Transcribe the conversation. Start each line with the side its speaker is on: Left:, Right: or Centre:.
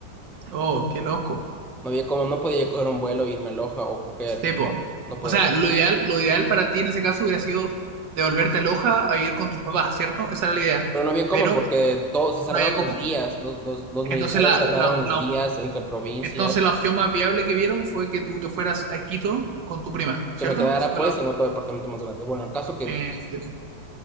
Right: Oh, qué loco.
Centre: No había cómo, no podía yo coger un vuelo e irme a Loja o coger,
Right: Sepo.
Centre: no, no podía.
Right: O sea, lo ideal, lo ideal para ti en ese caso hubiera sido devolverte a Loja a ir con tus papás, ¿cierto? Esa era la idea.
Centre: Pero no había cómo
Right: Pero
Centre: porque todos se cerraron
Right: no había cómo.
Centre: las vías, los, los, los
Right: Entonces
Centre: militares
Right: la,
Centre: cerraron
Right: la,
Centre: las
Right: la
Centre: vías
Right: op-
Centre: entre provincias,
Right: entonces la opción más viable que vieron fue que tú te fueras a Quito con tu prima, ¿cierto?
Centre: que me quedara
Right: Eso fue
Centre: pues
Right: la...
Centre: en otro departamento más grande. Bueno, el caso que,
Right: eh, entiendo.